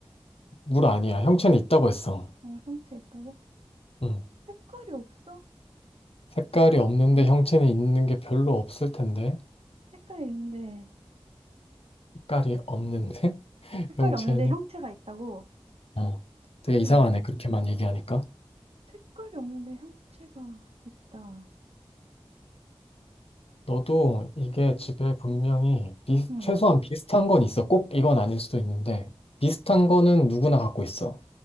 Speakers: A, on the left; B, on the right.
A: 물 아니야. 형체는 있다고 했어.
B: 아, 형체 있다고?
A: 음.
B: 색깔이 없어?
A: 색깔이 없는데 형체는 있는 게 별로 없을 텐데.
B: 색깔이 있는데,
A: 색깔이 없는데 <laughs>
B: 색깔이
A: 형체는
B: 없는데 형체가 있다고?
A: 어. 되게
B: 색깔이
A: 이상하네.
B: 없,
A: 그렇게만 얘기하니까.
B: 색깔이 없는데 형체가 있다.
A: 너도 이게
B: 음,
A: 집에 분명히 비-
B: 음.
A: 최소한 비슷한 건 있어. 꼭 이건 아닐 수도 있는데 비슷한 거는 누구나 갖고 있어.